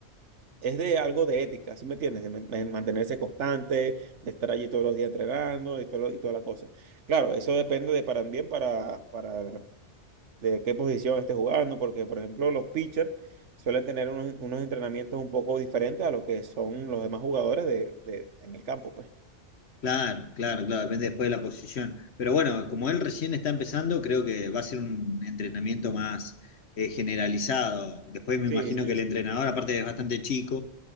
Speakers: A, on the right (about 80°); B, on the left (about 65°).
A: es de algo de ética, ¿sí me entiendes? De, man- de mantenerse constante, de estar allí todos los días entrenando y, todo, lo- y toda la cosa. Claro, eso depende de para bien para, para de qué posición estés jugando, porque por ejemplo los pitchers suelen tener unos, unos entrenamientos un poco diferentes a los que son los demás jugadores de, de- en el campo, pues.
B: Claro, claro, claro, depende después de la posición. Pero bueno, como él recién está empezando, creo que va a ser un entrenamiento más eh, generalizado. Después me
A: Sí,
B: imagino
A: sí,
B: que el
A: sí.
B: entrenador, aparte es bastante chico,